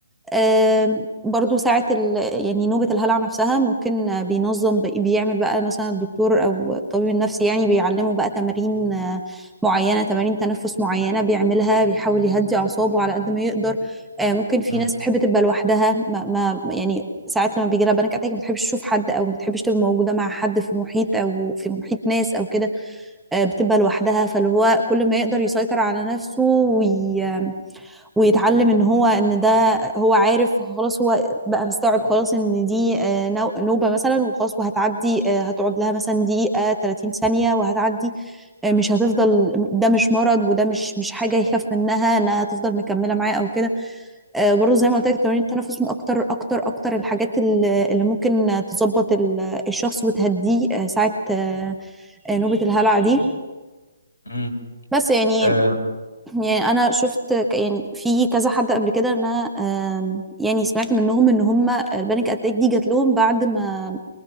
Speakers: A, in the centre; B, on the left (about 70°).
A: آم، برضو ساعة ال... يعني نوبة الهلع نفسها ممكن آه، بينظم بي- بيعمل بقى مثلا الدكتور أو الطبيب النفسي يعني بيعلمه بقى تمارين آه، معينة تمارين تنفس معينة بيعملها بيحاول يهدي أعصابه على قد ما يقدر آه، ممكن في
B: امم
A: ناس تحب تبقى لوحدها ما... ما يعني ساعات لما بيجي لها بانيك اتاك ما بتحبش تشوف حد او ما بتحبش تبقى موجوده مع حد في محيط او في محيط ناس او كده آه، بتبقى لوحدها فاللي هو كل ما يقدر يسيطر على نفسه وي... ويتعلم ان هو ان ده هو عارف خلاص هو بقى مستوعب خلاص ان دي آه، نو- نوبة مثلا وخلاص وهتعدي آه، هتقعد لها مثلا دقيقة 30 ثانية وهتعدي آه، مش هتفضل ده مش مرض وده مش مش حاجة يخاف منها انها هتفضل مكملة معاه او كده آه، برضه زي ما قلت لك تمارين التنفس من اكتر اكتر اكتر الحاجات اللي اللي ممكن تظبط ال- الشخص وتهديه آه، ساعة آه، آه، نوبة الهلع دي
B: امم
A: بس يعني
B: آه،
A: يعني انا شفت ك- يعني في كذا حد قبل كده إن انا آم، يعني سمعت منهم ان هم البانيك اتاك دي جات لهم بعد ما